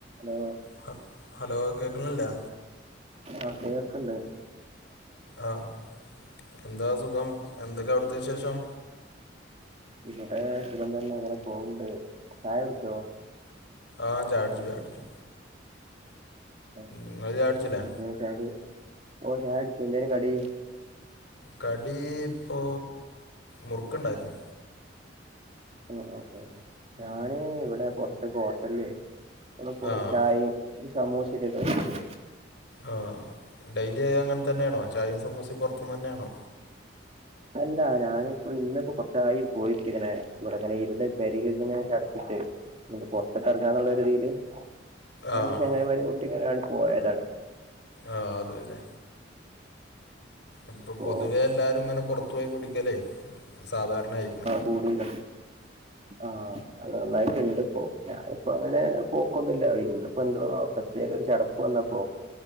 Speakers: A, on the right (about 35°); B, on the left (about 65°).
A: ലോ...
B: ഹൽ, ഹലോ. കേക്കണില്ലേ?
A: ആഹ്, കേക്കണ്ട്.
B: ആഹ്, എന്താ സുഖം. എന്തൊക്കെ അവിടുത്തെ വിശേഷം?
A: ഇവിടെ സുഖം തന്നെ. അങ്ങനെ പോവണ്ട്, ചായ കുടിച്ചോ?
B: ആഹ്, ചായ കുട്ചു. ചായ കുട്ചു.
A: ഏഹ്,
B: നിങ്ങള് ചായുടിച്ചില്ലേ
A: എന്തേ ചായക്ക്. ഓ ചായകുടിച്ച് എന്തേന് കടി...
B: കടി... ഇപ്പോ.. മുറുക്കുണ്ടായിരുന്നു.
A: ആഹ്, ആഹ്, ആഹ് ഞാന്... വിടെ പൊറത്ത് ഹോട്ടൽലയ്നി. വിടെ പോയി
B: ആഹ്
A: ചായിം. ഒരു സമൂസിക്കെ കഴിച്ചു.
B: ആഹ്, ഡെയിലി ആയി അങ്ങൻ തന്യാണോ? ചായിം സമൂസിം പൊർത് ന്ന് ന്യേണോ?
A: അല്ല, നാനിപ്പോ, ഇന്നിപ്പോ, കൊറച്ചായി. പോയിട്ട്, ഇങ്ങനെ, ഇവിടെ, ഇങ്ങനെ ഇരുന്ന് പെരയിലിങ്ങനെ ഇരുന്ന് ചടച്ചി ട്ട്... ഒന്ന് പൊറത്ക്ക് എറങ്ങാന്നൊള്ള രിതീ ല്, രണ്ട്
B: ആഹ്
A: ചെങ്ങായിമാരെ കൂട്ടിങ്ങനാണ്ട് പോയതാണ്.
B: ആഹ്, അതെല്ലേ? ഇപ്പ,
A: അപ്പോ
B: പൊതുവെ എല്ലാരും ങ്ങനെ പൊറത്തു പോയി കുടിക്കല് സാധാരണയിക്ണ്.
A: കൂടികൾ. ആഹ്, അത് നന്നായിട്ണ്ട് പ്പോ? ഞാനിപ്പോ, അങ്ങനെ. പോക്കൊന്നു ഇല്ല. ഇന്നിപ്പോ ന്തോ, പ്രത്യേക ഒരു ചടപ്പ് വന്നപ്പോ.